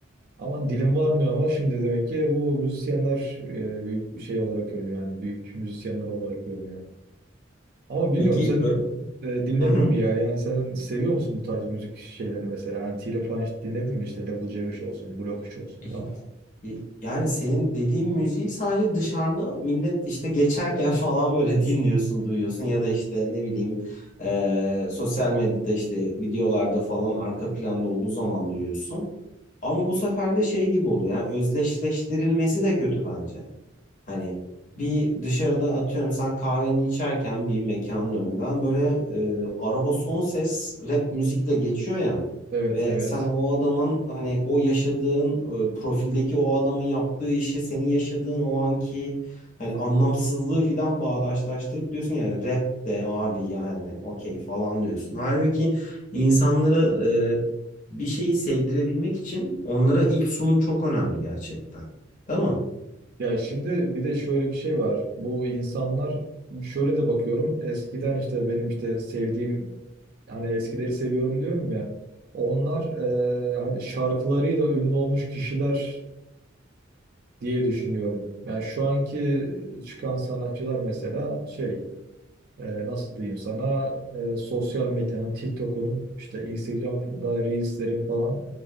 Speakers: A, on the right; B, on the left.
A: Ama dilim varmıyor ama şimdi demek ki bu müzisyenler e, büyük şey olarak görünüyor. Yani büyük müzisyenler olarak görünüyor. Ama bilmiyorum
B: Peki
A: sen
B: böyle
A: e, dinledin
B: hı hı.
A: mi ya? Yani sen seviyor musun bu tarz müzik şeylerini mesela? Hani Tire falan hiç dinledin mi? İşte Level C5 olsun, Blok 3 olsun
B: İyi.
A: falan.
B: İyi. Yani senin dediğin müziği sadece dışarıda millet işte geçerken <laughs> falan böyle dinliyorsun, duyuyorsun ya da işte ne bileyim e, sosyal medyada işte videolarda falan arka planda olduğu zaman duyuyorsun. Ama bu sefer de şey gibi oluyor. Yani özdeşleştirilmesi de kötü bence. Hani bir dışarıda atıyorum sen kahveni içerken bir mekanın önünden böyle e, araba son ses rap müzikle geçiyor ya
A: Evet
B: ve
A: evet.
B: sen o adamın hani o yaşadığın e, profildeki o adamın yaptığı işi senin yaşadığın o anki hani anlamsızlığı filan bağdaşlaştırıp diyorsun yani rap de abi yani okey falan diyorsun. Halbuki insanları e, bir şeyi sevdirebilmek için onlara ilk sunum çok önemli gerçekten. Değil mi?
A: Ya şimdi bir de şöyle bir şey var. Bu insanlar şöyle de bakıyorum. Eskiden işte benim işte sevdiğim hani eskileri seviyorum diyorum ya. Onlar e, hani şarkılarıyla ünlü olmuş kişiler diye düşünüyorum. Ben şu anki çıkan sanatçılar mesela şey e, nasıl diyeyim sana e, sosyal medyanın TikTok'un işte Instagram'da Reels'lerin falan